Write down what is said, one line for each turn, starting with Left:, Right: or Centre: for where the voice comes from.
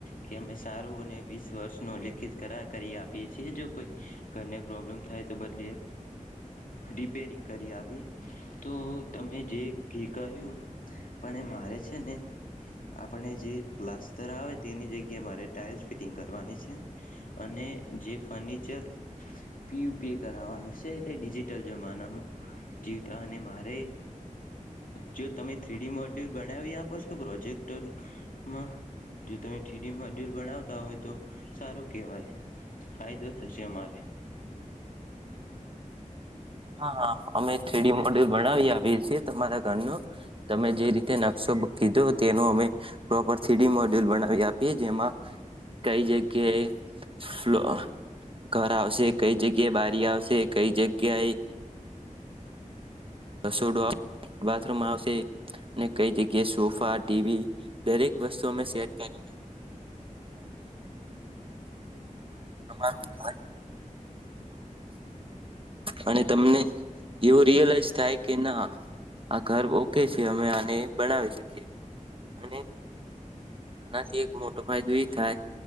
Left: કે અમે સારું અને વીસ વર્ષ નો લેખિત કર કરી આપીએ છીએ જો કોઈ ઘરને પ્રોબ્લેમ થાય તો બદલી રિપેરિંગ કરી આપીએ તો તમે જે કહ્યું પણ મારે છે ને આપણે જે પ્લાસ્ટર આવે તેની જગ્યાએ મારે ટાઇલ્સ ફિટિંગ કરવાની છે અને જે ફર્નિચર પીયુ પીએ કરાવવાનું છે એટલે ડિજિટલ જમાનામાં જીવતા અને મારે જો તમે થ્રીડી મોડ ડ્યુલ બનાવી આપો છો તો પ્રોજેક્ટમાં જો તમે ટીડી મોડ્યુલ બનાવતા હોય તો સારું કહેવાય ફાયદો થશે અમારે
Right: હા હા અમે થ્રિડી મોડ્યુલ બનાવી આપએ છીએ તમારા ઘરનો તમે જે રીતે નકશો કીધો તેનો અમે પ્રોપર થ્રીડી મોડ્યુલ બનાવી આપીએ જેમાં કઈ જગ્યાએ ફલો ઘર આવશે કઈ જગ્યાએ બારી આવશે કઈ જગ્યાએ રસોડો આવશે બાથરૂમ આવશે અને કઈ જગ્યાએ સોફા ટીવી દરેક વસ્તુ અમે સેટ કરી <unintelligible> અને તમને એવું રિયલાઈઝ થાય કે ના આ ઘર ઓકે છે અમે આને બનાવી શકીએ અને આનાથી એક મોટો ફાયદો એ થાય